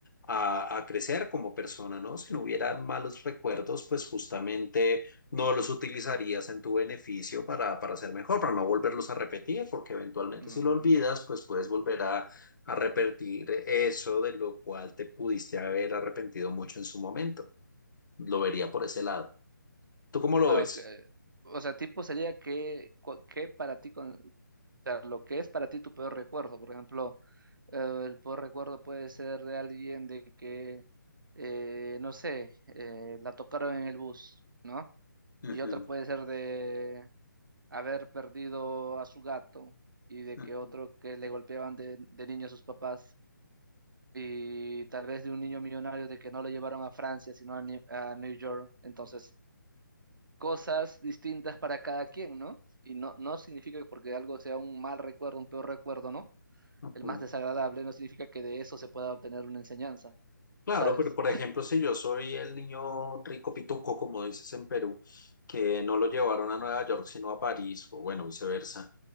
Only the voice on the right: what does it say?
Mm.
Bueno,
que, o sea, tipo sería que, cu- que para ti, con, o sea, lo que es para ti tu peor recuerdo. Por ejemplo, eh, el peor recuerdo puede ser de alguien de que, eh, no sé, eh, la tocaron en el bus, ¿no?
Y otro puede ser de haber perdido a su gato y de
que otro que le golpeaban de, de niño a sus papás. Y tal vez de un niño millonario de que no lo llevaron a Francia, sino a Ni- a New York. Entonces, cosas distintas para cada quien, ¿no? Y no, no significa que porque algo sea un mal recuerdo, un peor recuerdo, ¿no?
El más desagradable no significa que de eso se pueda obtener una enseñanza,
¿sabes?